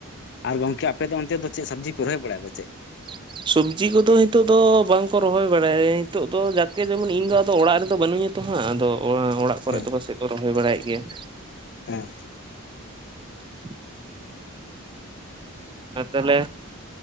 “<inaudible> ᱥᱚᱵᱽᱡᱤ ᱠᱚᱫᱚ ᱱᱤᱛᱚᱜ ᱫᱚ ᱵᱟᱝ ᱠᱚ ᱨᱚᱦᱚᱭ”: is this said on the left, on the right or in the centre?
Right